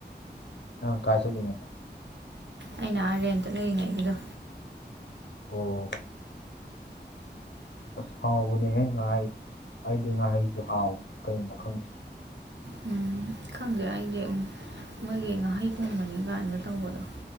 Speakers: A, on the left; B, on the right.
A: ꯑ ꯀꯥꯆꯂꯅ
B: ꯑꯩꯅ ꯑꯥꯔꯦꯟꯇ ꯂꯩꯔꯤꯉꯩꯒꯤꯗꯣ
A: ꯑꯣ ꯑꯁ ꯍꯥꯎꯕꯅꯦꯍꯦ ꯉꯥꯏꯍꯥꯏ ꯑꯩꯗꯤ ꯉꯥꯏꯍꯩꯁꯦ ꯍꯥꯎꯕꯅꯤ ꯀꯩꯅꯣ ꯈꯪꯗ
B: ꯎꯝ ꯈꯪꯗꯦ ꯑꯩꯗꯤ ꯃꯣꯏꯒꯤ ꯉꯍꯩ ꯊꯣꯡꯕꯅꯤ ꯀꯥꯏꯅꯒ ꯇꯧꯕꯗꯣ